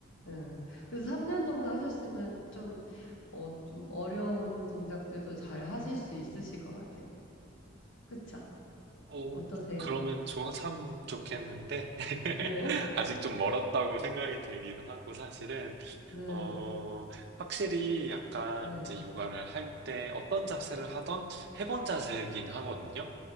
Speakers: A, on the left; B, on the right.
A: 응. 그래서 3년 정도 하셨으면 좀, 어, 좀 어려운 동작들도 잘 하실 수 있으실 것 같아요. 그쵸?
B: 오,
A: 어떠세요?
B: 그러면 좋아, 참 좋겠는데, <laughs>
A: 네.
B: 아직 좀 멀었다고 생각이 들기도 하고, 사실은,
A: 네,
B: 어, 확실히 약간
A: 네,
B: 이제 요가를 할 때 어떤 자세를 하던 해본 자세이긴 하거든요.